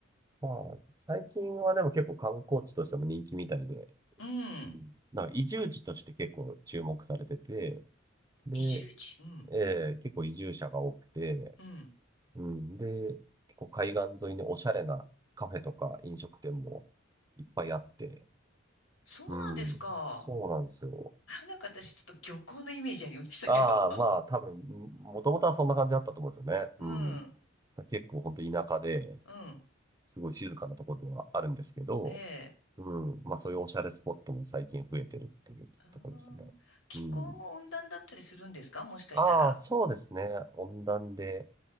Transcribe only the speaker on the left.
うん。
移住地うん。
うん。
そうなんですか。
あ、なんか私ちょっと漁港のイメージありましたけど。
<laughs> うん。
うん。
ええ。
あー気候も温暖だったりするんですかもしかしたら。